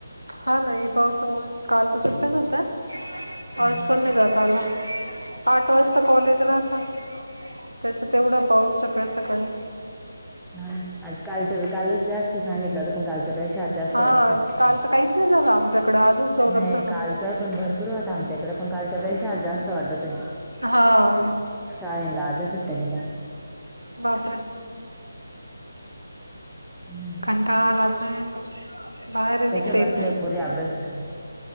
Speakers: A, on the right; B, in the centre.
A: हा ना हे पावसामुळेच काल तर सुट्टाच होत्या,
B: हम्म
A: आज पण नाही जात. चालना आठ वाजता कॉलेज राहता. तसं तेवढा पाऊस सकाळी-सकाळी,
B: हा ना आज कालच कालच जास्त सांगितला होता तर पण कालच्यापेक्षा आज जास्त
A: हा
B: वाटत आहे
A: काल तर काहीच नाही झालं आमच्याकडं आजच जोरात
B: नाही
A: झाला
B: कालचा पण भरपूर होता आमच्याकडे पण काल कालच्या पेक्षा आज जास्त वाटतंय
A: हा
B: शाळेला आजही सुट्ट्या दिल्या.
A: बापरे!
B: हम्म,
A: का आला आता बाहेर
B: ते
A: निघते
B: काय
A: येत
B: बसले
A: नाही.
B: पोरी अभ्यास करत